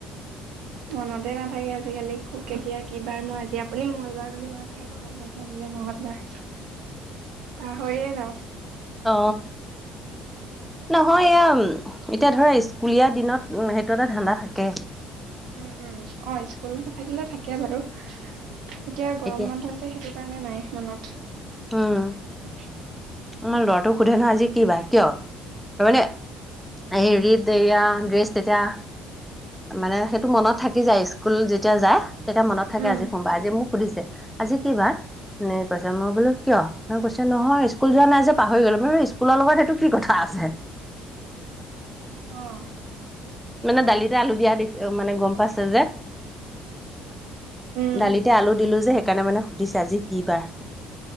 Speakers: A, on the right; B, in the centre.
A: মনতে নাথাকে আজিকালি কো কেতিয়া কিবাৰ মই আজি আপুনি মংগলবাৰ বুলি কয়ও তে মই ম চা যি যে নহ দ <unintelligible> পাহৰিয়েই যাওঁ।
B: অ নহয় এয়া, এতিয়া ধৰা স্কুলীয়া দিনত সেইটো এটা ধান্দা থাকে।
A: উম, উম, অ, স্কুল থাকিলে থাকে বাৰু এতিয়া গৰম
B: এতিয়া
A: বন্ধ হৈছে। সেইটো কাৰণে নাই মনত।
B: উম,
A: উ <unintelligible>
B: তমাৰ ল'ৰাটোক সোধে নহয় আজি কি বাৰ কিয়? তাৰ মানে এইৰিদ এয়া ড্ৰেছ তেতিয়া। মানে সেইটো মনত থাকি যায়, স্কুল যেতিয়া যায় তেতিয়া মনত থাকে।
A: উম।
B: আজি সোমবাৰ আজি মোক সুধিছে আজি কিবাৰ? এনে কৈছা মই বোলো কিয় ম কৈছ নহয় স্কুল যোৱা নাই যে পাহৰি গলো কিন্তু স্কুলৰ লগত সেইটো কি কথা আছে।
A: অ',
B: মানে দালিতে আলু দিয়া দে মানে গ'ম পাইছে যে।
A: উম
B: দালিতে আলু দিলো যে কাৰণে মানে সুধিছে আজি কি বাৰ?